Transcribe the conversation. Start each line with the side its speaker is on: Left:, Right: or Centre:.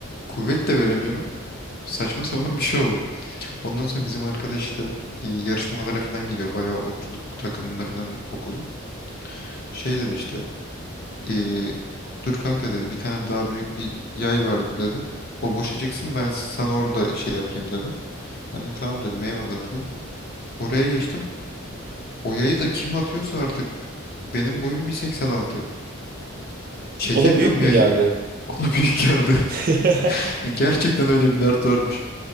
Left: Kuvvet de veremiyorum. Saçma sapan bir şey oldu. Ondan sonra bizim arkadaş da e, yarışmalara falan gidiyor. Bayağı okçuluk takımında falan okulun. Şey dedi işte e, dur kanka dedi bir tane daha büyük bir yay vardı dedi. O boşa çıksın ben sana orada şey yapayım dedi. Ben de tamam dedim eyvallah dedim. Oraya geçtim. O yayı da kim atıyorsa artık benim boyum 1.86. Çekemiyorum
Right: O da büyük mü
Left: yayı.
Right: geldi?
Left: O da büyük geldi.
Right: <laughs>
Left: <laughs> Gerçekten öyle bir dert varmış.